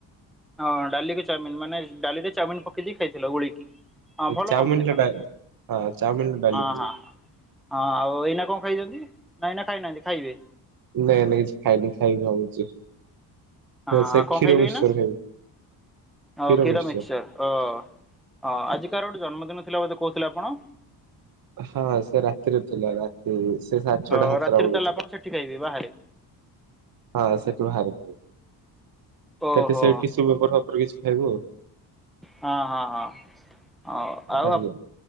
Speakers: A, in the centre; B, on the right.
A: ହଁ ଡାଲି କୁ ଚାଉମିନ ମାନେ ଡାଲି ରେ ଚାଉମିନ ପକେଇକି ଖାଇଥିଲ ଗୋଳେଇକି? ହଁ ଭଲ
B: ଚାଉମିନରେ
A: କମ୍ବିନେସନ୍
B: ଡା ହଁ ଚାଉମିନରେ ଡାଲି
A: ହଁ
B: ପକେଇ
A: ହଁ। ହଁ ଆଉ ଏଇନା କଣ ଖାଇଛନ୍ତି ନା ଏଇନା ଖାଇନାହାନ୍ତି ଖାଇବେ?
B: ନାଇଁ, ନାଇଁ, କିଛି ଖାଇନି ଖାଇବି ଭାବୁଛି।
A: ହଁ
B: ନାଇଁ, ସେ
A: ଆଉ କଣ
B: କ୍ଷୀର
A: ଖାଇବେ,
B: ମିକ୍ସଚର
A: ଏଇନା
B: ଖାଇବି କ୍ଷୀର
A: ଓ କଷୀର
B: ମିକ୍ସଚର।
A: <unintelligible> ମିକସର ଓ ଆଜି କାହାର ଗୋଟେ ଜନ୍ମଦିନ ଥିଲା ବୋଧେ କହୁଥିଲେ, ଆପଣ
B: ହଁ, ସେ ରାତିରେ ଥିଲା, ରାତି ସେ ସାଢେ ଛଅଟା
A: ଅ
B: ସାତଟା
A: ରାତିରେ
B: ବେଳକୁ
A: ତାହେଲେ
B: ଥିଲା
A: ଆପଣ, ସେଠି ଖାଇବି ବାହାରେ
B: ହଁ ସେଠି ଭାରି ଖାଇବୁ,
A: ଓହୋ
B: ସେଠି ସେଠି ସର ଭ <unintelligible> ଉପରେ କିଛି ଖାଇବୁ ଆଉ
A: ହଁ ହଁ ହଁ ହ ଆଉ
B: ଆଜ୍ଞା।